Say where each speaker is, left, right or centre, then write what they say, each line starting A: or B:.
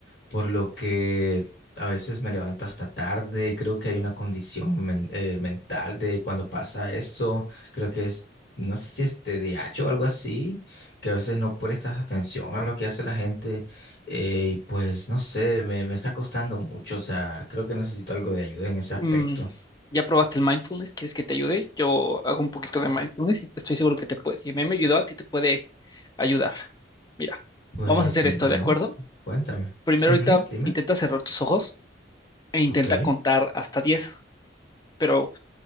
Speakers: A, on the left; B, on the left.
A: por lo que a veces me levanto hasta tarde. Creo que hay una condición men- eh, mental de cuando pasa eso. Creo que es, no sé si es TDAH o algo así, que a veces no prestas atención a lo que hace la gente. eh, y pues no sé, me, me está costando mucho. O sea, creo que necesito algo de ayuda en ese aspecto.
B: Mm, ¿ya probaste el mindfulness? ¿Quieres que te ayude? Yo hago un poquito de mindfulness y te estoy seguro que te puede. Si a mí me ayudó, a ti te puede ayudar. Mira,
A: Pues
B: vamos a hacer
A: no,
B: esto, ¿de acuerdo?
A: cuéntame.
B: Primero
A: Ujú,
B: ahorita
A: dime.
B: intenta cerrar tus ojos e intenta
A: Ok,
B: contar hasta diez. pero